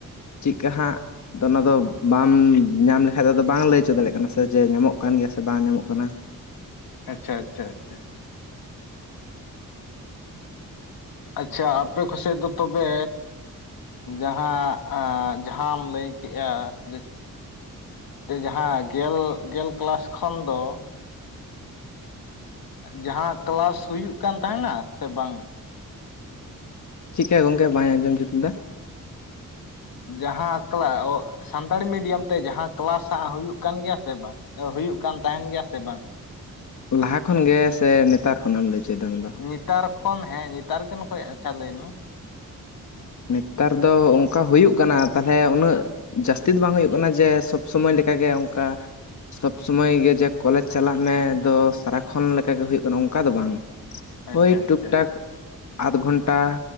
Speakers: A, on the left; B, on the left.
A: ᱪᱮᱫᱠᱟ ᱦᱟᱸᱜ ᱟᱫᱚ ᱚᱱᱟᱫᱚ ᱵᱟᱢ ᱧᱟᱢ ᱞᱮᱠᱷᱟᱡ ᱫᱚ ᱟᱫᱚ ᱵᱟᱝᱢ ᱞᱟᱹᱭ ᱦᱚᱪᱚ ᱫᱟᱲᱮᱭᱟᱜ ᱠᱟᱱᱟ ᱥᱮ ᱡᱮ ᱧᱟᱢᱚᱜ ᱠᱟᱱ ᱜᱮᱭᱟ ᱥᱮ ᱵᱟᱝ ᱧᱟᱢᱚᱜ ᱠᱟᱱᱟ
B: ᱟᱪᱪᱷᱟ ᱟᱪᱪᱷᱟ ᱟᱪᱪᱷᱟ ᱟᱪᱪᱷᱟ ᱟᱯᱮ ᱠᱚᱥᱮᱫ ᱫᱚ ᱛᱚᱵᱮ ᱡᱟᱦᱟᱸ ᱡᱟᱦᱟᱸᱟᱢ ᱞᱟᱹᱭ ᱠᱮᱜᱼᱟ ᱡᱮ ᱡᱟᱦᱟᱸ ᱜᱮᱞ ᱜᱮᱞ ᱠᱞᱟᱥ ᱠᱷᱚᱱ ᱫᱚ ᱡᱟᱦᱟᱸ ᱛᱚᱞᱟᱥ ᱦᱩᱭᱩᱜ ᱠᱟᱱ ᱛᱟᱦᱮᱱᱟ ᱥᱮ ᱵᱟᱝ
A: ᱪᱮᱠᱟ ᱜᱚᱝᱠᱮ ᱵᱟᱭ ᱟᱸᱡᱚᱢ ᱡᱩᱫ ᱞᱮᱫᱟ
B: ᱡᱟᱦᱟᱸ ᱮᱠᱞᱟ ᱚᱜ ᱥᱟᱱᱛᱟᱲᱤ ᱢᱤᱰᱤᱭᱟᱢ ᱛᱮ ᱡᱟᱦᱟᱸ ᱠᱮᱞᱟᱥᱟᱜ ᱦᱩᱭᱩᱜ ᱠᱟᱱ ᱜᱮᱭᱟ ᱥᱮ ᱵᱟᱝ ᱦᱩᱭᱩᱜ ᱠᱟᱱ ᱛᱟᱦᱮᱱ ᱜᱮᱭᱟ ᱥᱮ ᱵᱟᱝ
A: ᱞᱟᱦᱟ ᱠᱷᱚᱱ ᱜᱮ ᱥᱮ ᱱᱮᱛᱟᱨ ᱠᱷᱚᱱᱮ ᱮᱢ ᱞᱟᱹᱭᱦᱚᱪᱚᱭᱮᱫᱟ ᱚᱱᱟᱫᱚ
B: ᱱᱮᱛᱟᱨ ᱠᱷᱚᱱ ᱦᱮᱸ ᱱᱮᱛᱟᱨᱜ ᱱᱚ ᱠᱷ ᱟᱪᱪᱷᱟ ᱞᱟᱹᱭ ᱢᱮ
A: ᱱᱮᱛᱟᱨ ᱫᱚ ᱚᱱᱠᱟ ᱦᱩᱭᱩᱜ ᱠᱟᱱᱟ ᱛᱟᱦᱞᱮ ᱩᱱᱟᱹᱜ ᱡᱟᱹᱥᱛᱤ ᱫᱚ ᱵᱟᱝ ᱦᱩᱭᱩᱜ ᱠᱟᱱᱟ ᱡᱮ ᱥᱚᱵ ᱥᱚᱢᱚᱭ ᱞᱮᱠᱟᱜᱮ ᱚᱱᱠᱟ ᱥᱚᱵᱽ ᱥᱚᱢᱚᱭ ᱜᱮ ᱡᱮ ᱠᱚᱞᱮᱡᱽ ᱪᱟᱞᱟᱜ ᱢᱮ ᱫᱚ ᱥᱟᱨᱟᱠᱷᱚᱱ ᱞᱮᱠᱟ ᱜᱮ ᱦᱩᱭᱩᱜ ᱠᱟᱱᱟ ᱚᱱᱠᱟ ᱫᱚ ᱵᱟᱝ
B: ᱟᱪᱪᱷᱟ
A: ᱳᱭ
B: ᱟᱪᱪᱷᱟ
A: ᱴᱩᱠ ᱴᱟᱠ ᱟᱫᱷ ᱜᱷᱚᱱᱴᱟ